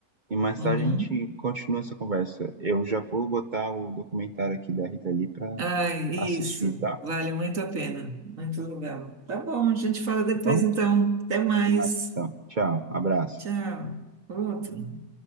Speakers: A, on the right; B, on the right.
A: e mais
B: Uhum.
A: tarde a gente continua essa conversa. Eu já vou botar o documentário aqui da Rita Lee para
B: Ai, isso.
A: assistir, tá? Tá
B: Vale muito a pena. Muito legal. Tá bom, a gente fala depois
A: bom?
B: então. Até mais.
A: Até mais, Então, tchau, abraço.
B: Tchau. Outro.